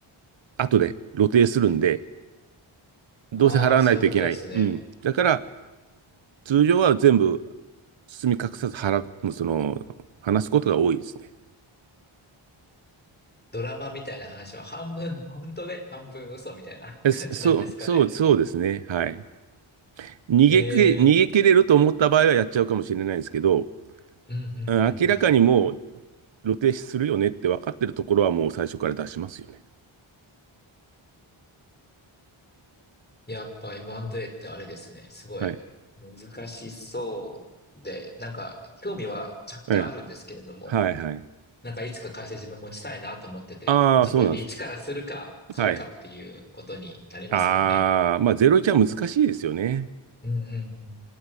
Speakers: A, on the right; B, on the left.
A: 後で露呈するんで、どうせ払わないといけない。
B: ああ、そういうことですね。
A: うん。だから通常は全部包み隠さず払う、その、話すことが多いですね。
B: ドラマみたいな話は半分本当で半分嘘みたいな感じなんですかね。
A: えそう、そう、そうですね。はい。逃げきれ、
B: ええ。
A: 逃げ切れると思った場合はやっちゃうかもしれないですけど、
B: うんうんうんうん。
A: 明らかにもう露呈するよねって分かってるところはもう最初から出しますよね。
B: やっぱ M&A ってあれですね。すごい難しそうで、
A: はい。
B: なんか興味は若干あるんですけれども、
A: ええ。はいはい。
B: なんかいつか会社自分持ちたいなと思ってて、
A: ああ、
B: 自分で一からするか買うかっていうことになりますもんね。
A: そうなんです。はい。ああ、まあ01は難しいですよね。
B: うんうん